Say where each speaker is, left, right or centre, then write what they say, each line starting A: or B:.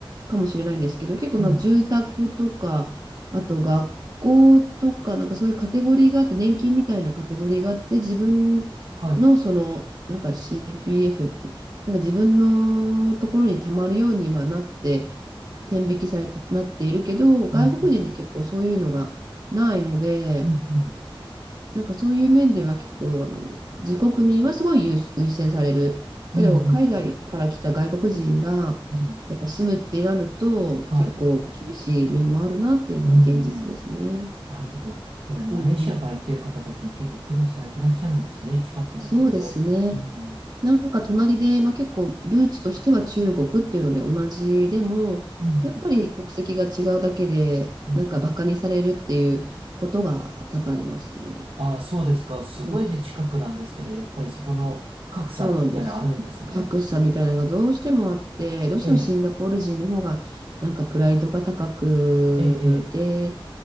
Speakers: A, on the right (about 45°); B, on the right (about 80°).
A: かもしれないんですけど、結構まあ住宅とか、
B: うん。
A: あと学校とか、なんかそういうカテゴリーがあって、年金みたいなカテゴリーがあって、自分のその、
B: はい。
A: なんか CPF って、なんか自分のところに貯まるようにはなって、天引きされてなっているけど、外国人って結構そういうのがないので、
B: うんうん。うんうん。
A: なんかそういう面では結構、あの、自国民はすごい優優先される。
B: うんうん。
A: けど、海外から来た外国人が、
B: うん。
A: やっぱ住むってなると、
B: はい。
A: 結構厳しい面もあるなっていうのは現実ですね。
B: うんうん。なるほど。やっぱりマレーシアから来てる方たちも結構苦労されてらっしゃるんですね。
A: うん、
B: 近くだけれど。
A: そうですね。
B: うん。
A: なんか隣で、まあ、結構ルーツとしては中国っていうので同じでも、
B: うんうん。
A: やっぱり国籍が違うだけで、
B: うんうん。
A: なんかバカにされるっていうことが多々ありますね。
B: ああ、そうですか。すごいね、
A: うん
B: 近くなんですけど、やっぱりそこの格差みたいなのあるんですね。
A: そうなんです。格差みたいなのがどうしてもあって、どうしてもシンガポール人の方がなんかプライドが高くてっ
B: ええ、ええ、ええ。